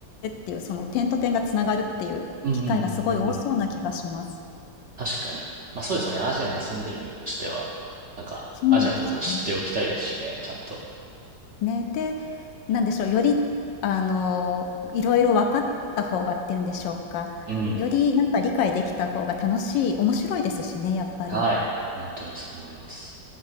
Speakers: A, on the left; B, on the right.
A: っていう、その点と点がつながるっていう機会がすごい多そうな気がします。
B: うん。うんうんうんうんうん。確かに。まあそうですよね。アジアに住んでる身としては、なんか、
A: そうなんですよね。
B: アジアのことも知っておきたいですしね、ちゃんと。
A: ね、で、なんでしょう、より、あの、いろいろ分かった方がっていうんでしょうか。
B: うん。
A: よりなんか理解できた方が楽しい面白いですしね、やっぱり。
B: はい。本当にそう思います。